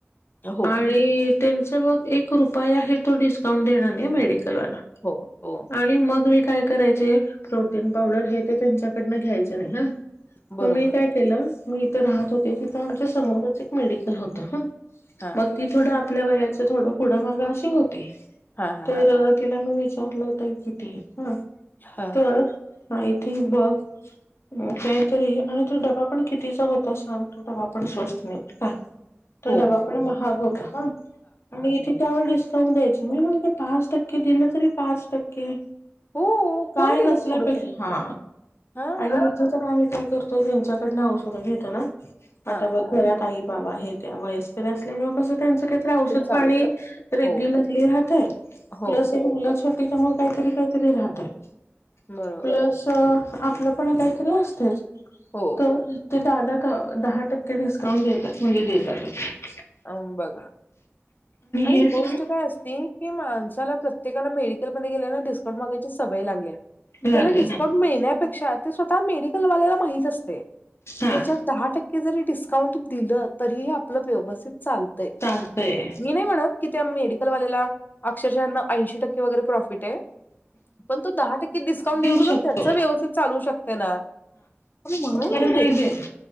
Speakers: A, on the left; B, on the left.
A: हो
B: आणि त्यांच मग एक रुपया ही तो डिस्काउंट देणार नाही मिळ मेडिकल वाला
A: हो हो
B: आणि मग मी काय करायचे प्रोटीन पावडर हे ते त्यांच्याकडनं घ्यायचे नाही हं
A: बरोबर
B: मग मी काय केलं मी इथं राहत होते तिथं आमच्या समोरच एक मेडिकल होतं
A: हा
B: मग ती थोडं आपल्या वयाच्या थोडं पुढं मागं अशी होती
A: हा हा
B: तर
A: हा
B: तिला मी विचारलं होतं किती हं
A: हा
B: तर आय थिंक ब <inaudible> तरी आणि तो डबा पण कितीचा होता सांग तो डबा पण स्वस्त नाही का? तर
A: हो
B: डबा
A: हो
B: पण महाग होता हा आणि इथे त्यावर दिसत स द्यायच मी म्हणजे पाच टक्के दिलं तरी पाच टक्के
A: हो
B: काय
A: कोण
B: नसल्यापेक्षा
A: देते तेवढं तरी
B: हा
A: हा
B: आणि <inaudible> आम काय करतो ह्याच्याकडन औषध घेतो ना
A: हा
B: आता बघ घरात आहे बाबा हे त्या वयस्कर असल्यामुळे अस त्यांच काहीतरी औषध
A: चालूच
B: पाणी
A: आहे.
B: रेग्युलरली
A: हो,
B: राहतय
A: हो,
B: <inaudible> प्लस हे मु छट तिच्यामुळे काहीतरी काहीतरी राहते <inaudible>
A: बरोबर.
B: प्लस आपलंपण काहीतरी असतच
A: हो,
B: <inaudible> तर जादा दहा टक्के डिस्काउंट देतात म्हणजे देतात <inaudible>
A: अ <inaudible> बघा आणि
B: हे
A: गोष्ट
B: सण
A: काय असती की माणसाला प्रत्येकाला मेडलमध्ये गेल्या डिस्उंट मागयची सवय लागल्या
B: लागले
A: त्याना डिस्उंट
B: ह
A: मिळण्यापेक्षा ते स्वतः मेडिकलवाल्याला माहत असते
B: हा
A: याच्या दहा टक्क जरी डिस्काउंट दिलं तरी ही आपलं व्यवस्थित चालतंय.
B: चालतंय
A: मी नाही म्हणत की त्या मेडिकलवाल्याला अक्षरशांना ऐंशी टक्के वगैरे प्रॉफिट आहे पण तो दहा टक्के डिस्काउंट
B: देऊ
A: देऊन सुधा
B: शकतो
A: त्याच व्यवस्थित चालू शकते ना <inaudible>
B: <inaudible> र नाही
A: देत
B: दे